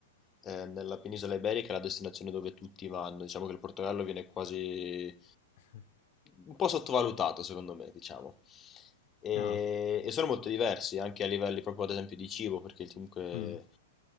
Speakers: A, on the left; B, on the left.
A: eh, nella penisola iberica è la destinazione dove tutti vanno. Diciamo che il Portogallo viene quasi
B: <laughs>
A: un po' sottovalutato, secondo me, diciamo. E,
B: Ah.
A: e sono molto diversi anche a livelli proprio ad esempio di cibo, perché comunque
B: Mm.